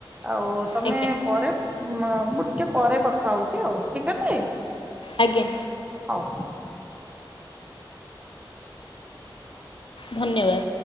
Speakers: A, on the right (about 15°); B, on the left (about 75°).
A: ଆଉ ତମେ
B: ଆଜ୍ଞା
A: ପରେ ଉଁ ମା ମୁଁ ଟିକେ ପରେ କଥା ହଉଛି ହଉ ଠିକ ଅଛି।
B: ଆଜ୍ଞା
A: ହୋଉ।
B: ଧନ୍ୟବାଦ।